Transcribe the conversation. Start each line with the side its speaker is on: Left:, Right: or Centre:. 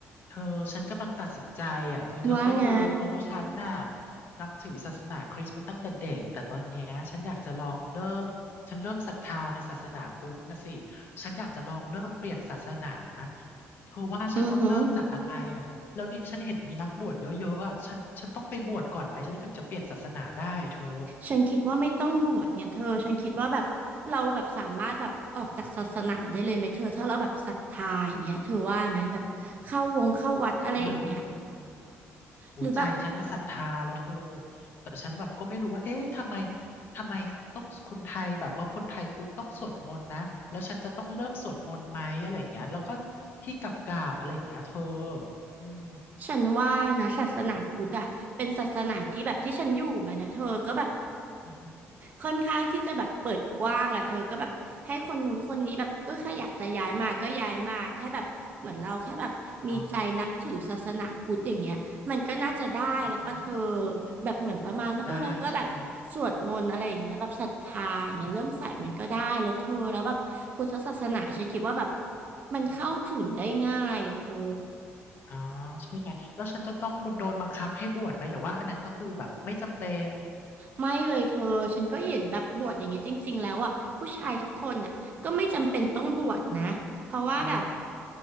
Left: เธอฉันกำลังตัดสินใจอ่ะคือเธอก็รู้เนอะว่าฉันน่ะ
Right: ว่าไง
Left: นับถือศาสนาคริสต์มาตั้งแต่เด็กแต่ตอนเนี้ยฉันอยากจะลองเริ่มฉันเริ่มศรัทธาในศาสนาพุทธนะสิฉันอยากจะลองเริ่มเปลี่ยนศาสนาเธอว่าฉันต้องเริ่มจากอะไรอ่ะแล้วนี่ฉันเห็นมีนักบวชเยอะๆอ่ะฉันฉันต้องไปบวชก่อนไหมฉันถึงจะเปลี่ยนศาสนาได้เธอ
Right: อือหือฉันคิดว่าไม่ต้องบวชเนี่ยเธอฉันคิดว่าแบบเราแบบสามารถแบบออกจากศาสนาได้เลยไหมเธอถ้าเราแบบศรัทธาอย่างเงี้ยเธอว่าไหมแบบเข้าวงเข้าวัดอะไรอย่างเงี้ย
Left: ได้อืม หูใจฉันน่ะศรัทธาแล้วเธอ
Right: หรือแบบ
Left: แต่ฉันแบบก็ไม่รู้ว่าเอ๊ะทำไมทำไมต้องคนไทยแบบเออคนไทยพุทธต้องสวดมนต์นะแล้วฉันจะต้องเริ่มสวดมนต์ไหมอะไรอย่างเงี้ยแล้วก็ที่กราบๆอะไรอย่างเงี้ยเธออืม
Right: ฉันว่านะศาสนาพุทธอะเป็นศาสนาที่แบบที่ฉันอยู่มานะเธอก็แบบ
Left: อือหือ
Right: ค่อนข้างที่จะแบบเปิดกว้างอ่ะเธอก็แบบให้คนนู้นคนนี้แบบเออใครอยากจะย้ายมาก็ย้ายมาแค่แบบเหมือนเราแค่แบบมีใจนับถือศาสนาพุทธอย่างเงี้ยมันก็น่าจะได้แล้วปะเธอ
Left: อ๋ออือหือ
Right: แบบเหมือนประมาณว่าเออเราก็แบบสวดมนต์อะไรอย่างเงี้ยแบบศรัทธาอย่างเงี้ยเริ่มใส่มันก็ได้แล้วเธอแล้วแบบพุทธศาสนาฉันคิดว่าแบบ
Left: ได้ใช่ไหมอืม
Right: มันเข้าถึงได้ง่ายอ่ะเธอ
Left: อ๋อใช่ไหมแล้วฉันจะต้องโดนบังคับให้บวชไหมหรือว่าอันนั้นก็คือแบบไม่จำเป็น
Right: ไม่เลยเธอฉันก็เห็นแบบบวชอย่างเงี้ยจริงๆแล้วอ่ะผู้ชายทุกคนน่ะก็ไม่จำเป็นต้องบวชนะเพราะว่าแบบ
Left: อ๋อ